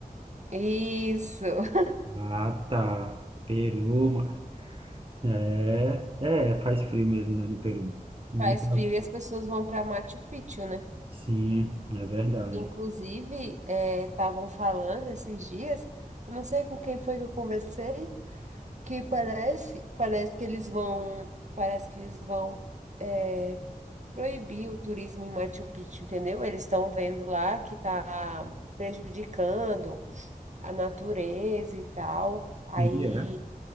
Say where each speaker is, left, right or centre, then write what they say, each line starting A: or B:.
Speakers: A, on the right; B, on the right.
A: Isso. <laughs>
B: Ah, tá. Peru, mas é, é, faz frio mesmo, né, no Peru. Nem
A: Faz
B: tá,
A: frio e as pessoas vão para Machu Picchu, né?
B: Sim, é verdade.
A: Inclusive, estavam falando esses dias, não sei com quem foi que eu conversei, que parece, parece que eles vão, parece que eles vão é, proibir o turismo em Machu Picchu, entendeu? Eles estão vendo lá que está prejudicando a natureza e tal. Aí,
B: E é.